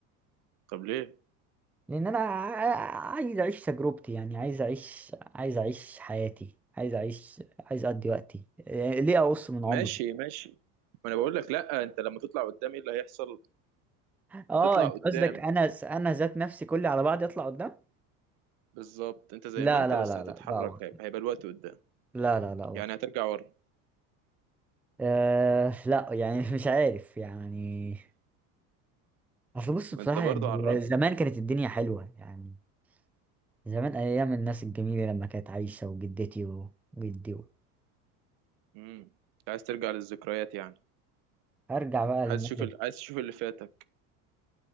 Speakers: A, on the right; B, in the centre.
A: طب ليه
B: لان انا ع- عايز اعيش تجربتي يعني عايز اعيش عايز اعيش حياتي عايز اعيش عايز اقضي وقتي إيه، ليه اقص من عمري
A: ماشي ماشي ما انا بقول لك لا انت لما تطلع قدام ايه اللي هيحصل
B: اه
A: هتطلع
B: انت
A: قدام
B: قصدك انا انا ذات نفسي كلي على بعض يطلع قدام
A: بالظبط انت زي
B: لا
A: ما انت
B: لا
A: بس
B: لا
A: هتتحرك
B: لا لا برضه.
A: هيبقى هيبقى الوقت قدام
B: لا لا لا برضه
A: يعني هترجع ورا
B: أه لا يعني <laughs> مش عارف يعني اصل بص
A: ما
B: بصراحة
A: انت برضو
B: يعني هو
A: عرفني
B: زمان كانت الدنيا حلوة يعني زمان ايام الناس الجميلة لما كانت عايشة وجدتي وجدي و...
A: امم انت عايز ترجع للذكريات يعني
B: ارجع بقى للناس
A: عايز تشوف ال... عايز تشوف اللي فاتك